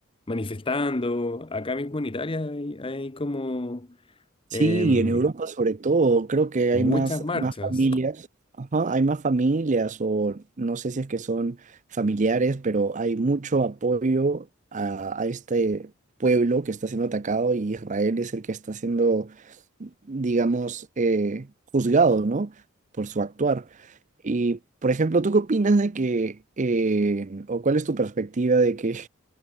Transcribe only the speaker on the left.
manifestando. Acá mismo en Italia hay, hay como
em,
muchas
marchas.